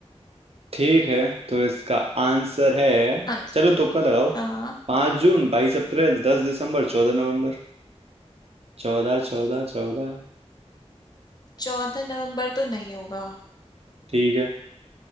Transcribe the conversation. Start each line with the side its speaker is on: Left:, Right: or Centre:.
Right: ठीक है तो इसका आंसर है
Left: अंस-
Right: चलो तुक्का लगाओ
Left: हाँ
Right: पाँच जून बाईस अप्रैल दस दिसंबर चौदह नवंबर चौदह चौदह चौदह
Left: चौदह नवंबर तो नहीं होगा
Right: ठीक है